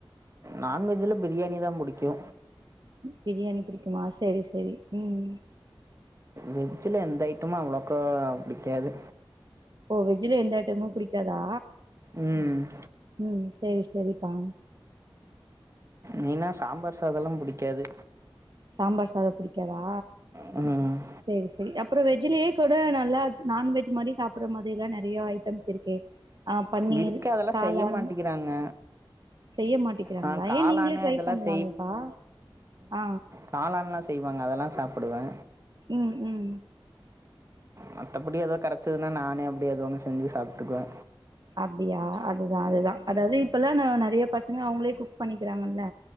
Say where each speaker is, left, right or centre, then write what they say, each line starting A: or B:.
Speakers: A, on the right (about 35°); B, on the right (about 55°).
A: நான்வெஜ்ல பிரியாணி தா புடிக்கூ
B: பிரியாணி புடிக்குமா செரி செரி ம்
A: வெஜ்ல எந்த ஐட்டமு அவளக்கா புடிக்காது
B: ஓ வெஜ்ல எந்த ஐட்டமு புடிக்காதா
A: ம்
B: ம் சேரி செரிப்பா
A: மெயினா சாம்பார் சாதோல்லா புடிக்காது
B: சாம்பார் சாதோ பிடிக்காதா
A: ம்
B: சேரி செரி அப்றோ வெஜ்லயே கூட நல்லா நான்வெஜ் மாரி சாப்புட்ற மாத்ரிலா நெறைய ஐட்டம்ஸ் இருக்கே ஆ பன்னீர்
A: இருக்கு அதெல்லாம்
B: காளான்
A: செய்ய மாட்டேங்கிறாங்க
B: செய்ய மாட்டிக்கிறாங்ளா
A: ஆ காளான்
B: ஏ நீங்களே ட்ரை
A: இதெல்லாம்
B: பண்லாலேப்பா ஆ
A: காளான்லா செய்வாங்க அதெல்லா சாப்பிடுவே
B: ம் ம்
A: மத்தபடி எதோ கெடைச்சதுன்னா நானே அப்டி ஏதோ ஒன்னு செஞ்சு சாப்ட்டுக்குவே
B: அப்டியா அதுதா அதுதா அதாவ்து இப்பல்லா நா நெறைய பசங்க அவுங்களே குக் பண்ணிக்கிறாங்கல்ல